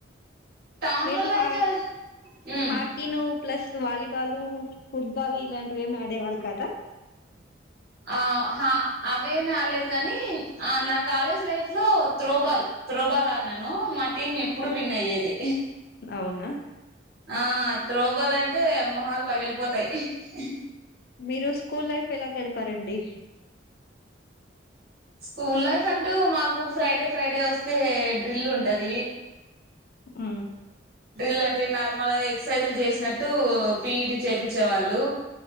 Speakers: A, on the right (about 55°); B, on the left (about 50°).
A: టౌన్లలో
B: మీరు హ
A: అయితే మ్మ్
B: హాకిను ప్లస్ వాలీబాలు ఫుట్బాలు ఇలాంటివి ఏమి ఆడేవాళ్ళు కాదా.
A: ఆ హ అవేమి ఆడలేద్ గాని ఆ నా కాలేజ్ లైఫ్ లో త్రోబాల్ త్రోబాల్ ఆన్యాను. ను మా టీం ఎప్పుడు విన్ అయ్యేది
B: అవునా
A: ఆ త్రోబల్ అంటే మొహాలు పగిలిపోతాయి ఇహ్ ఇహ్
B: మీరు స్కూల్ లైఫ్ ఎలా గడిపారండి
A: స్కూల్ లైఫ్ అంటూ మాకు ఫ్రైడే ఫ్రైడే వస్తే డ్రిల్ ఉంటది.
B: ఉ
A: డ్రిల్ అంటే నార్మల్గా ఎక్సర్సైజ్లు చేసినట్టు పిఈటి చేపిచ్చేవాళ్ళు.